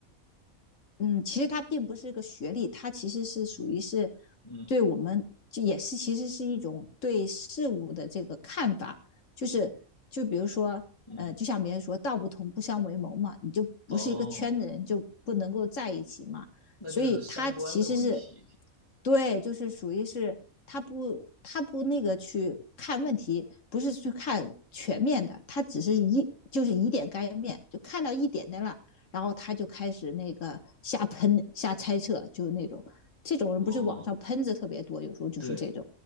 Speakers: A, on the left (about 65°); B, on the left (about 20°).
A: 嗯，其实他并不是一个学历，他其实是属于是
B: 嗯
A: 对我们就也是其实是一种对事物的这个看法，就是就比如说呃，
B: 嗯，
A: 就像别人说“道不同不相为谋”嘛，你就不是一个圈子人就不能够在一起嘛，
B: 哦，那就是三观的问题。
A: 所以他其实是对，就是属于是他不他不那个去看问题，不是去看全面的，他只是一就是以点概面，
B: 嗯
A: 就看到一点点了。然后他就开始那个瞎喷、瞎猜测，就是那种这种人不是网上喷子特别多，
B: 哦，
A: 有时候就是这种，
B: 对。